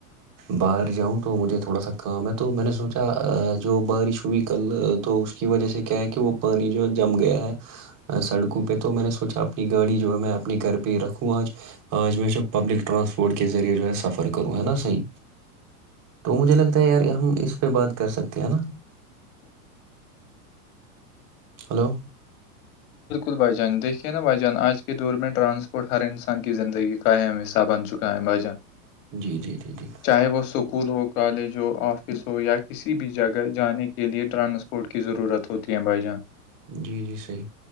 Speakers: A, on the right; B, on the left.
A: باہر جاؤں تو مجھے تھوڑا سا کام ہے تو میں نے سوچا جو بارش ہوئی کل تو اس کی وجہ سے کیا ہے کہ وہ پانی جو ہے جم گیا ہے سڑکوں پہ تو میں نے سوچا اپنی گاڑی جو ہے میں اپنے گھر پہ پہ رکھوں آج آج میں جو پبلک ٹرانسپورٹ کے ذریعے جو ہے سفر کروں ہے نا صحی تو مجھے لگتا ہے یار ہم اس پہ بات کر سکتے ہیں نا ہلو
B: بالکل بھ جان دیکھیے نا بائیجان آج کے دور میں ٹرانسپورٹ ہر انسان کی زندگی کا کم حساب چ کماجن
A: جی جی جی جی
B: چاہے وہ اسکول ہو کالج ہو آفس ہو یا کسی بھی جگہ جانے کے لیے ٹرانسپورٹ کی ضرورت ہوتی ہے بھائی جان
A: جی جی صحیح